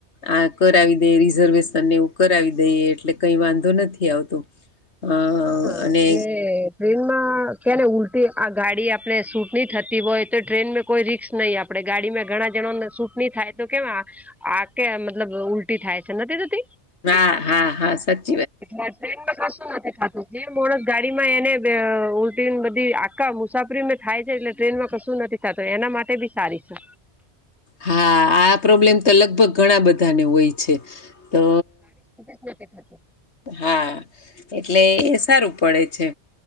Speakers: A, on the left; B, in the centre.
A: આ કરાવી દે રિઝર્વેશન ને એવું કરાવી દઈએ એટલે કઈ વાંધો નથી આવતો. અ
B: હા
A: અને
B: ને ટ્રેનમાં કે ને ઉલટી આ ગાડી આપડે સૂટ નહી થતી હોય તો ટ્રેનમાં કોઈ રિક્સ નહી આપે આપડે ગાડીમાં ઘણા જણ ને સૂટ નની થાય તો કેવા આ કે મતલબ ઉલટી થાય છે નથી થતી.
A: હા હા હા સચ
B: એટલે ટ્રેનમાં કસું નથી થાતું બે માણસ ગાડી માં એને ઉલટી ને બધી આકા મુસાફરી મેં થાય છે એટલે ટ્રેન માં કશું નથી તો એના માટે બી સારી છે.
A: હા આ પ્રોબ્લેમ તો લગભગ ઘણા બધાને હોય છે તો
B: પોતે થકે.
A: હા એટલે એ સારું પડે છે